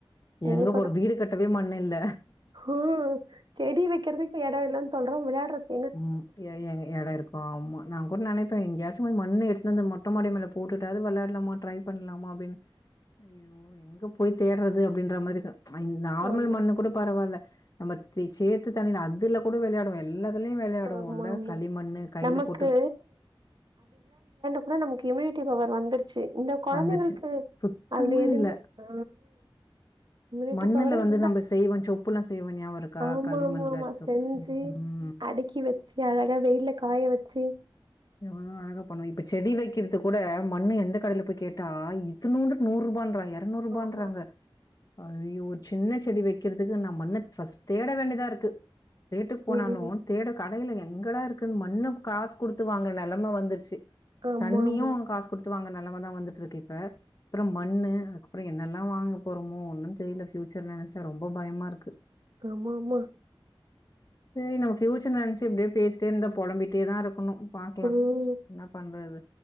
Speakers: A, on the right; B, on the left.
A: நீங்க
B: எங்க போற வீடு கட்டவே மண்ணுல்ல
A: ம் செடி வெக்கிறதுக் எடொ இல்லன்னு சொல்றோ விளையாடுறதுக்
B: ம் எ எங் எடொ இருக்கு ஆமா நா கூட நெனப்பே எங்கயாச்சு போய் மண்ண எடுத்துனு வந்து மொட்ட மாடி மேல போட்டுட்டாது வெளையாடலாமா ட்ரை பண்ணலாமா அப்டின் ஐயோ எங்க போய் தேடுறது அப்டின்ற மாரிதா அந் நார்மல்
A: ஆமா
B: மண்ணு கூட பரவால்ல நம்ம சே சேத்து தண்ணில அதுல கூட வெளையாடுவோ எல்லா த்துலயு வெளையாடுவோல
A: ஆமா ஆமா
B: களிமண்ணு கைல
A: நமக்கு
B: போட்டு
A: அதா நமக்கு இம்யூனிட்டி பவர் வந்துருச்சு இந்த கொழந்தைகளுக்கு
B: வந்துருச்சு சுத்தமா
A: அதுல எதுமே
B: இல்ல
A: ஆ இம்யூனிட்டி
B: மண்ணுல
A: பவரே
B: வந்து
A: இல்ல
B: நம்ப செய்வோ சொப்புல்லா செய்வோ நியாபகொ இருக்கா
A: ஆமா
B: களிமண்ல
A: ஆமா ஆமா
B: சொப்பு
A: செஞ்சு
B: செய்வோ ம்
A: அடுக்கி வெச்சு அழகா வெயில்ல காய வெச்சு
B: எவ்ளோ அழகா பண்ணுவோ இப்ப செடி வெக்கிறக் த்து கூட மண்ணு எந்த கடைல போய் கேட்டா இத்துனூண்டு நூரூபாண்றாங்க எரநூரூபான்றாங்க
A: ஆமா
B: அயயோ சின்ன செடி வெக்கிறதுக்கு நா மண்ண ஃபஸ் தேட வேண்டியதாருக்கு ரேட்டுக் போனாலு
A: ம்
B: தேட கடைல எங்கடாருக்கு மண்ண காசு குடுத் த்து வாங்குற நெலம வந்துருச்சு
A: ஆமா
B: தண்ணியு
A: ஆமா
B: காசு குடுத்து வாங்குற நெலமதா வந்துட்டுருக்கு இப்ப அப்றோ மண்ணு அதுக்கப்பறோ என்னெல்லா வாங்க போறமோ ஒன்னு தெரியல ஃபியூச்சர நெனச்சா ரொம்ப பயமா இருக்கு
A: ஆமாமா
B: செரி நம்ம ஃப்யூச்சர நெனச்சு இப்டியே பேசிட்டே இருந்தா பொழம்பிட்டேதா இருக்கணு பாக்லா
A: ம்
B: என்ன பண்றது